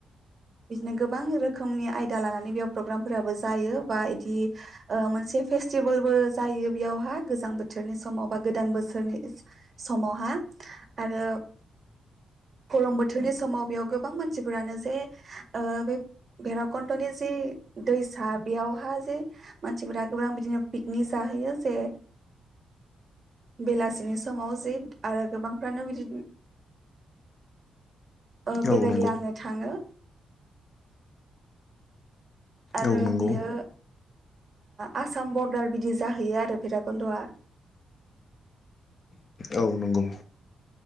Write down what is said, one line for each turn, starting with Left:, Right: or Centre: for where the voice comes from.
Right: बिदिनो गोबां रोखोमनि आयदा लानानै बेयाव प्रग्रामफोराबो जायो बा बिदि मोनसे फेस्टिभेलबो जायो बेयावहा गोजां बोथोर बोथोरनि समाव बा गोदान बोसोरनि समावहा आरो गरम बोथोरनि समाव बेयाव गोबां मानसिफोरानो जे ओ बे भैराबकन्न्दनि जे दैसा बेयावहा जे मानसिफोरा गोबां बिदिनो पिकनिक जाहैयो जे बेलासिनि समाव जि आरो गोबांफ्रानो बिदि ओ
Left: औ
Right: बेरायग्लांनो
Left: नंगौ
Right: थाङो। आरो
Left: औ नंगौ
Right: बियो आसाम बरदार बिदि जाहैयो आरो भैराबकन्द'आ।
Left: औ नंगौ